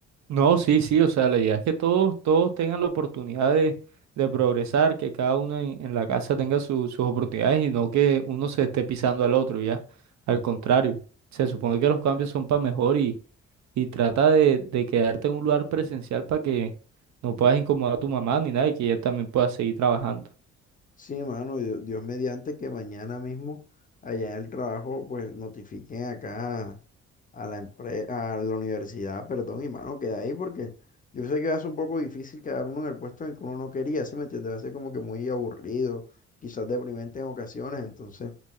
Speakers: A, on the right (about 65°); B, on the left (about 25°).
A: No, sí, sí, o sea, la idea es que todos, todos tengan la oportunidad de, de progresar, que cada uno en, en la casa tenga su- sus oportunidades y no que uno se esté pisando al otro, ya. Al contrario, se supone que los cambios son para mejor y, y trata de, de quedarte en un lugar presencial para que no puedas incomodar a tu mamá ni nada y que ella también pueda seguir trabajando.
B: Sí, mano, Dios, Dios mediante que mañana mismo allá en el trabajo pues notifiquen acá a la empresa, a la universidad, perdón, y mano, queda ahí porque yo sé que va a ser un poco difícil quedar uno en el puesto en el que uno no quería, ¿sí me entiendes? Va a ser como que muy aburrido, quizás deprimente en ocasiones, entonces